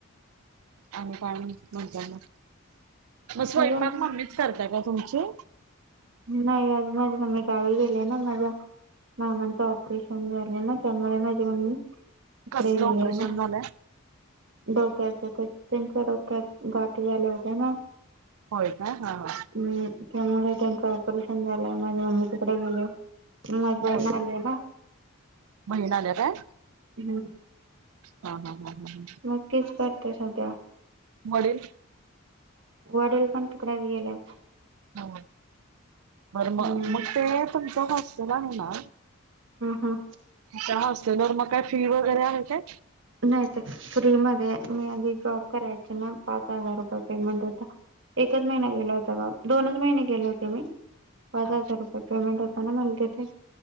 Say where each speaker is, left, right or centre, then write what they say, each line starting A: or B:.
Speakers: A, on the right; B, on the right.
A: आणि काय म्हण म्हणत्याना मग स्वयंपाक
B: अजून
A: मम्मीच करता का तुमची?
B: नाही आज माझी मम्मी गावी गेलेय ना माझा मामांचं ऑपरेशन झालं, ना त्यामुळे माझी मम्मी इकडे
A: कसलं
B: गेले
A: ऑपरेशन
B: आहे, ना
A: झालंय
B: डोक्या <unintelligible> त्यांचा डोक्यात गाठ झाला त्यांना,
A: होय काय हा हा
B: हम्म त्यामुळे त्यांचा ऑपरेशन झालंय माझ्या मम्मी तिकडे गेले म माझ्या
A: होय
B: बहीण आली आहे ना.
A: बहीण आल्या काय?
B: हम्म.
A: हा हा हा. हा
B: नक्कीच करते सध्या
A: वडील
B: वडील पण तिकडे गेलेय.
A: हो बरं म
B: हम्म
A: मग ते तुमचचा हॉस्टेल आहे ना
B: हम् हम
A: चहा असतील वर मग काय फ्री वगैरे आहे काय?
B: नाहीत फ्री मध्ये मी आदी जॉब करायचे, ना पाच हजार रुपये पेमेंट होता. एकच महिना गेला होता ग दोनच महिने गेले होते मी. पाच
A: हा.
B: हजार रुपये पेमेंट होता ना मला तिथे